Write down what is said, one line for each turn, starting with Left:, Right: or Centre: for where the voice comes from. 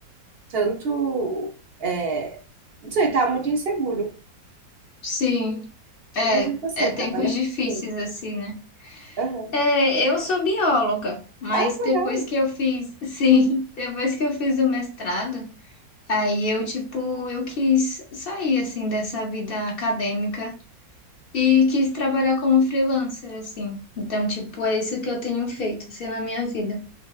Right: tanto. É... Não sei, tá muito inseguro.
Left: Sim, é,
Right: Mas e você,
Left: é
Right: trabalha
Left: tempos
Right: com
Left: difíceis
Right: o quê?
Left: assim, né?
Right: Aham.
Left: É, eu sou bióloga, mas
Right: Ai, que
Left: depois
Right: legal!
Left: que eu fiz, <laughs> sim, depois que eu fiz o mestrado, Aí eu, tipo, eu quis sair, assim, dessa vida acadêmica e quis trabalhar como freelancer, assim. Então, tipo, é isso que eu tenho feito, assim, na minha vida.